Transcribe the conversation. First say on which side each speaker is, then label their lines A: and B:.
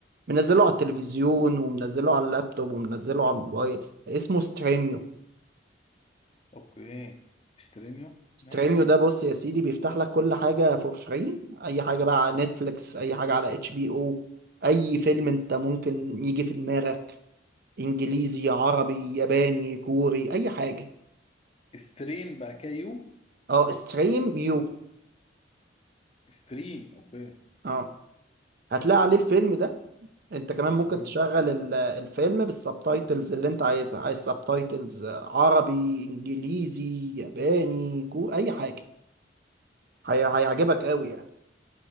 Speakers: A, on the right; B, on the left.
A: منزله على التلفزيون ومنزله على اللابتوب ومنزله على الموبايل اسمه ستريميو
B: اوكي استرينيو
A: ستريميو
B: ماشي
A: ده بص يا سيدي بيفتح لك كل حاجة فور فري اي حاجة بقى على نتفليكس اي حاجة على اتش بي او اي فيلم انت ممكن يجي في دماغك انجليزي عربي ياباني كوري اي حاجة
B: ستريم بقى كيو
A: اه ستريم يو
B: ستريم اوكي
A: اه هتلاقي عليه الفيلم ده انت كمان ممكن
B: مم.
A: تشغل ال- الفيلم بالسبتايتلز اللي انت عايزها عايز سبتايتلز عربي انجليزي ياباني كو اي حاجه هي... هيعجبك قوي يعني